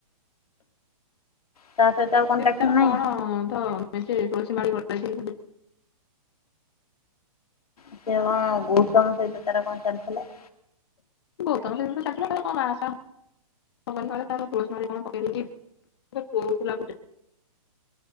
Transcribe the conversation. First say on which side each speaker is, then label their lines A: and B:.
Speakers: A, on the left; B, on the left.
A: ତା ସହିତ ଆଉ କଣ୍ଟାକ୍ଟ
B: ସେ ତାର
A: ନାହିଁ?
B: କଣ ତ ମେଞ୍ଚେ ତୁଳସୀ ମାଳି ଗଳାଇଛି ବୁଲି
A: ସେ କଣ ଗୌତମ ସହିତ ତାରା କଣ ଚାଲିଥିଲା।
B: ଗୌତମ ସହିତ ତ ଚାଲିଥିଲା ତାର କଣ ବାହା ସାହା ହବନି କାଳେ ତାର ତୁଳସୀ ମାଳ କଣ ପକଦେଇଚି ମୋତେ କହୁଥିଲା ସୁଦ୍ଧା